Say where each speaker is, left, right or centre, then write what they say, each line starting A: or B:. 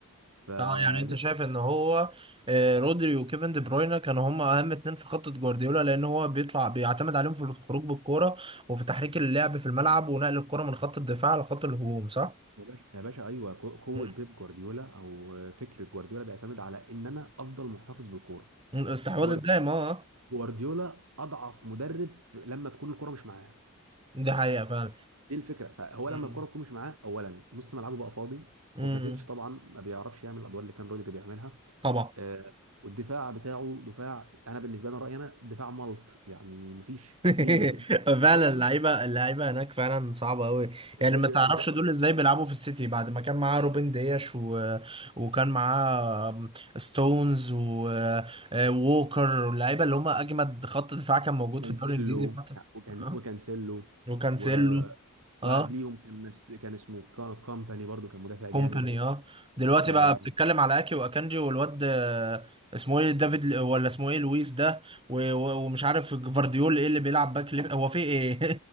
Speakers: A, on the right; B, on the right.
A: فالناس
B: اه يعني انت شايف ان هو آه، رودري وكيفن دي بروينا كانوا هم اهم اتنين في خطة جوارديولا لان هو بيطلع بيعتمد عليهم في الخروج بالكرة وفي تحريك اللعب في الملعب ونقل الكرة من خط الدفاع لخط الهجوم صح؟
A: يا باشا يا باشا ايوه قو- قوه
B: مم.
A: بيب جوارديولا او فكر جوارديولا بيعتمد على ان انا افضل محتفظ بالكوره
B: استحواذ
A: جوار-
B: الدائم اه آه.
A: جوارديولا اضعف مدرب في- لما تكون الكوره مش معاه
B: دي حقيقة فعلا
A: دي الفكره فهو
B: مم.
A: لما الكوره تكون مش معاه اولا نص ملعبه بقى فاضي
B: مم.
A: كوفازيتش طبعا ما بيعرفش يعمل الادوار اللي كان رودري بيعملها
B: طبعا
A: آه، والدفاع بتاعه دفاع انا بالنسبه لي رايي انا دفاع ملط يعني مفيش
B: <laughs>
A: مين جفر
B: فعلا
A: اه والله
B: اللعيبه اللعيبه هناك فعلا صعبه قوي
A: ج-
B: يعني ما تعرفش
A: ج- جفار-
B: دول ازاي بيلعبوا في السيتي بعد ما كان معاه روبن دياش و... وكان معاه ستونز و... آه، ووكر واللعيبه اللي هم اجمد خط دفاع كان موجود
A: كانسيلو
B: في الدوري الانجليزي فتره
A: وكان
B: اه
A: وكانسيلو
B: وكانسيلو
A: و وقبليهم
B: اه
A: كان ناس- كان اسمه كا- كامباني برضو كان مدافع
B: كومباني
A: جامد
B: اه دلوقتي
A: فانا
B: بقى بتتكلم على اكي واكانجي والواد آه، اسمه ايه دافيد ل- ولا اسمه ايه لويس ده و... و... ومش عارف جفارديول ايه اللي بيلعب باك ليفت هو في ايه